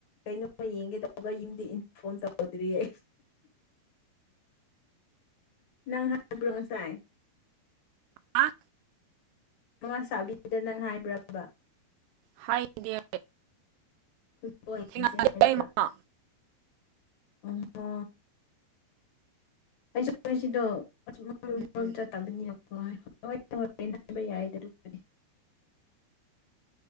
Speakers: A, on the left; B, on the right.
A: ꯀꯩꯅꯣꯃ ꯌꯦꯡꯒꯦ ꯇꯧꯕ ꯌꯨꯝꯗꯤ ꯏꯟꯐꯣꯔꯝ ꯇꯧꯗ꯭ꯔꯤꯌꯦ꯫ ꯅꯪ ꯍꯥꯏꯕ꯭ꯔꯣ ꯉꯥꯁꯥꯏ꯫
B: ꯑ
A: ꯃꯃꯥ ꯁꯥꯕꯤꯗ ꯅꯪ ꯍꯥꯏꯕ꯭ꯔꯕ꯫
B: ꯍꯥꯏꯗꯦ꯫
A: <unintelligible>
B: ꯊꯦꯡꯅꯗꯦ ꯑꯩ ꯃꯥ
A: <inaudible>
B: ꯎꯝ
A: <inaudible>